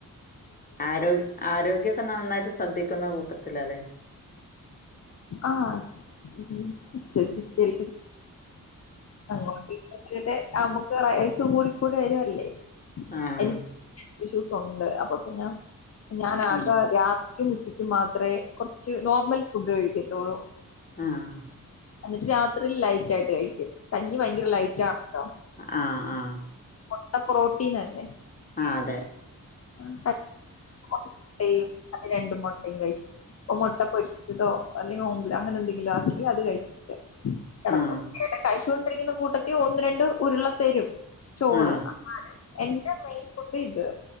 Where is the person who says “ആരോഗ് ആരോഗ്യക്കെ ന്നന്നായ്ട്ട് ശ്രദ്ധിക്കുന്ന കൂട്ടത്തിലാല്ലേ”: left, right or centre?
Left